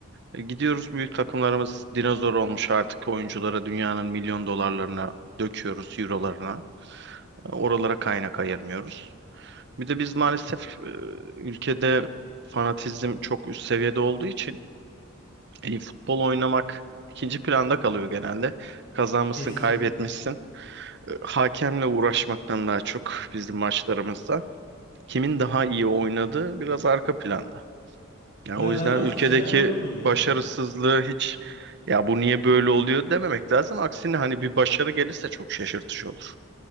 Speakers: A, on the right; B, on the left.
A: E, Gidiyoruz büyük takımlarımız dinozor olmuş artık oyunculara dünyanın milyon dolarlarına döküyoruz, eurolarına. Oralara kaynak ayırmıyoruz. Bir de biz maalesef e, ülkede fanatizm çok üst seviyede olduğu için e, futbol oynamak ikinci planda kalıyor genelde. Kazanmışsın,
B: Kesinlikle.
A: kaybetmişsin. E, Hakemle uğraşmaktan daha çok bizim maçlarımızda kimin daha iyi oynadığı biraz arka planda. Yani
B: Ya
A: o yüzden
B: ben artık
A: ülkedeki
B: şeyden yoruldum ya.
A: başarısızlığı hiç ya bu niye böyle oluyor dememek lazım. Aksine hani bir başarı gelirse çok şaşırtıcı olur.